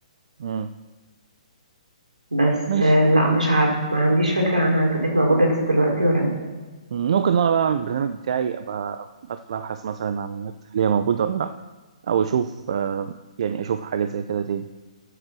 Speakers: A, on the right (about 55°); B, on the right (about 85°).
A: مم.
B: بس
A: ماشي
B: آه، لأ مش عارفة ما عنديش فكرة عنها إذا كانت موجودة لسه دلوقتي ولا لأ
A: مم، ممكن إن انا بقى اعمل البرنامج بتاعي ابقى ادخل ابحث مثلا عن النت هل هي موجوده ولا لا او اشوف آه، يعني اشوف حاجه زي كده تاني